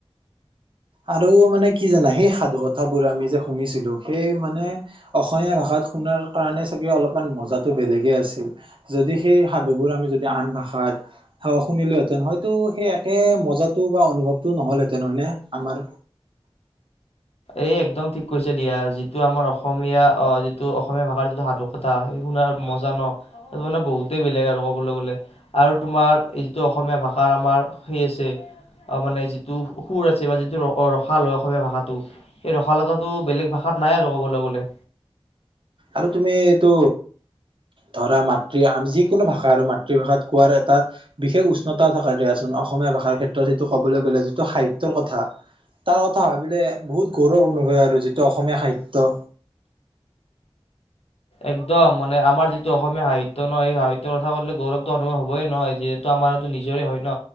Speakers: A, on the right; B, on the left.
A: আৰু মানে কি জানা সেই সাধু কথাবোৰ আমি যে শুনিছিলো সেই মানে অসমীয়া ভাষাত শুনাৰ কাৰণে চাগে অলপমান মজাটো বেলেগে আছিল যদি সেই সাধুবোৰ আমি যদি আন ভাষাত শুনিলোহেতেন হয়তো সেই একে মজাটো বা অনুভৱটো নহলহেঁতেন হয়নে। আমাৰ
B: এ একদম ঠিক কৈছে দিয়া যিটো আমাৰ অসমীয়া আহ যিটো অসমীয়া ভাষাৰ যিটো সাধু কথা সেই শুনাৰ মজা ন স মানে বহুতেই বেলেগ আৰু ক'বলৈ গলে আৰু তোমাৰ এই যিটো অসমীয়া ভাষাৰ আমাৰ সেই আছে মানে যিটো সুৰ আছে বা যিটো ৰসাল ল হয় অসমীয়া ভাষাত। সেই ৰসালতাটো বেলেগ ভাষাত নাই আৰু ক'বলৈ গ'লে।
A: আৰু তুমি এইটো ধৰা মাতৃ আমি যিকোনো ভাষা আৰু মাতৃভাষাত কোৱাৰ এটা বিশেষ উষ্ণতাও থকা দিয়াচোন অসমীয়া ভাষাৰ ক্ষেত্ৰত সেইটো কবলৈ গ'লে যিটো সাহিত্যৰ কথা তাৰ কথা ভাব পিললে বহুত গৌৰৱ অনুভৱ আৰু যিটো অসমীয়া সাহিত্য
B: একদম মানে আমাৰ যিটো অসমীয়া সাহিত্যয় নহয় সেই সাহিতয়ৰ কথা কলে গৌৰৱত অনুভৱ হ'বই নহয় যিহেতু আমাৰো নিজৰে হয় ন